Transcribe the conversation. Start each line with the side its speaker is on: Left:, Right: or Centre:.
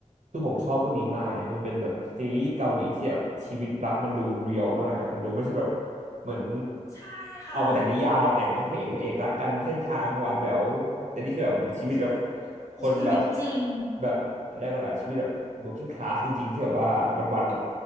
Right: คือผมชอบเรื่องนี้มากเนี่ยมันเป็นแบบซีรีส์เกาหลีที่แบบชีวิตรักมันดูเรียลมากอะมันดูไม่ใช่แบบเหมือน
Left: ใช่ค่ะ
Right: ออกมาจากนิยายแต่งให้พระเอกนางเอกรักกันเส้นทางหวานแหววแต่นี่คือแบบเหมือนชีวิตแบบ
Left: ใช่คือชีวิตจริง
Right: คนแบบแบบแรยกว่าอะไรอะชีวิตแบบ working class จริงๆที่แบบว่าวันๆแบบ